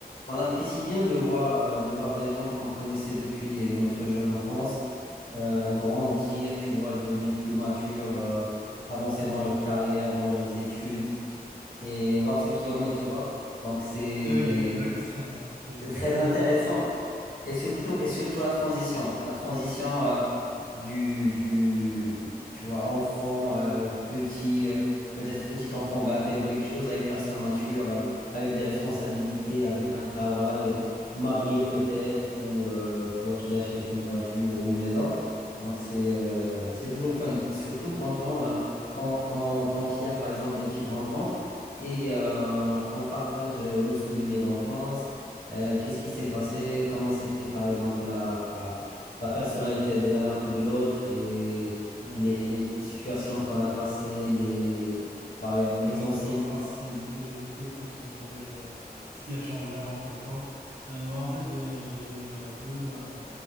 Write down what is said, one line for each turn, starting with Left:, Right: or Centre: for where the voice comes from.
Left: on apprécie bien de voir, euh, de voir des gens qu'on connaissait depuis euh, notre jeune enfance, euh, grandir, tu vois, devenir plus mature, euh, avancer dans leur carrière, dans leurs études et voir ce qui en est, tu vois. Donc c'est,
Right: Eh oui, exact, <laughs> c'est exactement
Left: c'est très intéressant.
Right: ça.
Left: Et surtout, et surtout la transition, la transition euh, du, du, tu vois, enfant, euh, petit, euh, peut-être petit enfant gâté ou quelque chose, à une personne mature, euh, avec des responsabilités, avec un travail, euh, marié peut-être, ou euh, tu vois, qui achète une voiture ou une maison. Donc c'est euh, c'est toujours fun,
Right: Ouais,
Left: surtout quand on, euh, quand, quand, quand il y a par exemple des petites rencontres et euh, on partage euh, nos souvenirs d'enfance. Euh, qu'est-ce qui s'est passé? Comment c'était, par exemple, la, la personnalité de l'un ou de l'autre et
Right: ouais,
Left: les, les petites situations qu'on a passées, les, par- les
Right: ouais,
Left: enseignants
Right: voir, voir
Left: aussi.
Right: ce qui était, ce qui était changé, euh, ce qui a changé entre-temps. Euh, moi, en fait, j'ai- j'avais euh, deux, euh,